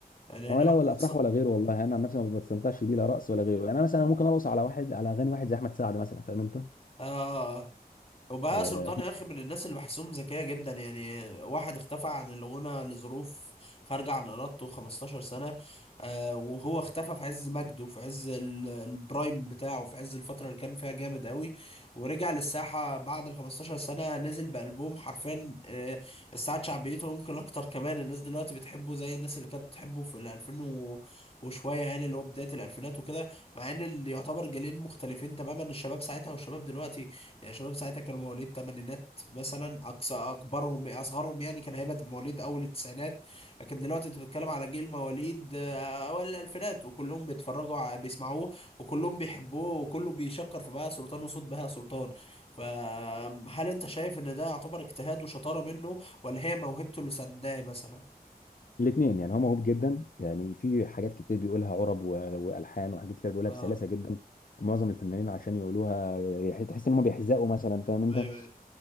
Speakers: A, on the left; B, on the left.
A: يعني
B: ولا
A: انا أص-
B: ولا افراح ولا غيره والله انا عن نفسي ما بستمتعش بيه لا رقص ولا غيره يعني انا مثلا ممكن ارقص على واحد على اغاني واحد زي احمد سعد مثلا فاهم انت
A: آه وبهاء
B: آه،
A: سلطان يا اخي من الناس اللي بحسهم ذكيه جدا يعني واحد اختفى عن الغنى لظروف خارجه عن ارادته 15 سنه آه وهو اختفى في عز مجده في عز ال- البرايم بتاعه في عز الفتره اللي كان فيها جامد قوي ورجع للساحه بعد ال 15 سنه نزل بالبوم حرفيا آه استعاد شعبيته ويمكن اكتر كمان الناس دلوقتي بتحبه زي الناس اللي كانت بتحبه في ال 2000 و- وشويه يعني اللي هو بدايه الالفينات وكده مع ان اللي يعتبر جيلين مختلفين تماما الشباب ساعتها والشباب دلوقتي يعني شباب ساعتها كانوا مواليد تمانينات مثلا اقصى اكبرهم اصغرهم يعني كان هيبقى مواليد اول التسعينات لكن دلوقتي انت بتتكلم على جيل مواليد آه، اوائل الالفينات وكلهم بيتفرجوا ع- بيسمعوه وكلهم بيحبوه وكله بيشكر في بهاء سلطان وصوت بهاء سلطان فهل انت شايف ان ده يعتبر اجتهاد وشطارة منه ولا هي موهبته اللي سنداه مثلا
B: الاثنين يعني هو موهوب جدا يعني في حاجات كتير بيقولها عرب و- والحان وحاجات كتير بيقولها
A: اه
B: بسلاسه جدا معظم الفنانين عشان يقولوها يح- تحس ان هم بيحزقوا مثلا فاهم انت
A: ايوه ايوه